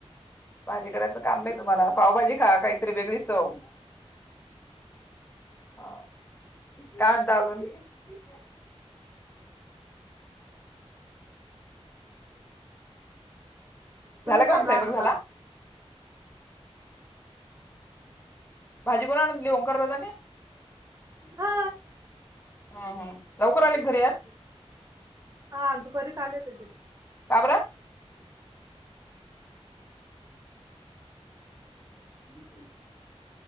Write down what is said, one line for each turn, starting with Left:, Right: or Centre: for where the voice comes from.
Left: भाजी करायचं काम नाइ तुम्हाला, पावभाजी खा काहीतरी वेगळी चव. हा काय म्हणता अजून? <unintelligible>
Right: तुम्ही
Left: झालं
Right: सांगा
Left: का मंग स्वयंपाक
Right: काय म्हणता
Left: झाला? भाजी कोण आणून दिली ओंकार दादाने?
Right: हा.
Left: हम्, हम् लवकर आले का घरी आज?
Right: हा दुपारीच आले होते त्यांनी.
Left: का बर? <unintelligible>